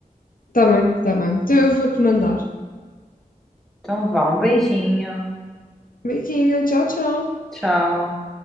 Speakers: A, on the left; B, in the centre.
A: está bem, está bem. Então eu vou-te mandar.
B: Então vá, um beijinho.
A: Beijinho, tchau, tchau.
B: Tchau.